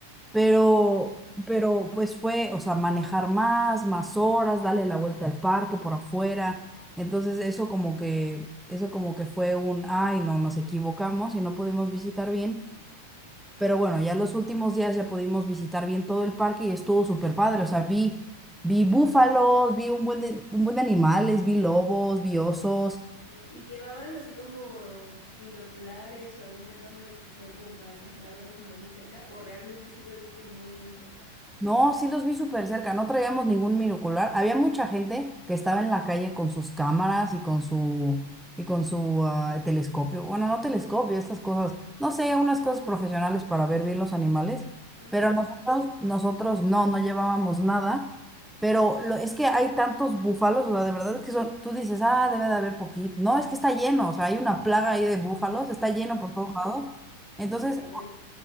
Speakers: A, in the centre; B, on the left.
A: Pero, pero pues fue, o sea, manejar más, más horas, darle la vuelta al parque por afuera. Entonces eso como que, eso como que fue un, ay, no, nos equivocamos y no pudimos visitar bien. Pero bueno, ya los últimos días ya pudimos visitar bien todo el parque y estuvo súper padre. O sea, vi, vi búfalos, vi un buen de, un buen de animales, vi lobos, vi osos,
B: ¿Y llevabas así como binoculares o alguna cámara especial como para alcanzar a verlos más de cerca? ¿O realmente sí los viste muy, muy cerca?
A: No, sí los vi súper cerca, no traíamos ningún minocular. Había mucha gente que estaba en la calle con sus cámaras y con su y con su ah, telescopio. Bueno, no telescopio, estas cosas, no sé, unas cosas profesionales para ver bien los animales,
B: Ajá,
A: pero nosotros nosotros no no llevábamos nada, pero lo, es que hay tantos búfalos, o sea, de verdad es que son, tú dices, "Ah, debe de haber poquito." No, es que está lleno, o sea, hay una plaga ahí de búfalos, está lleno por todos lados. Entonces,
B: qué padre,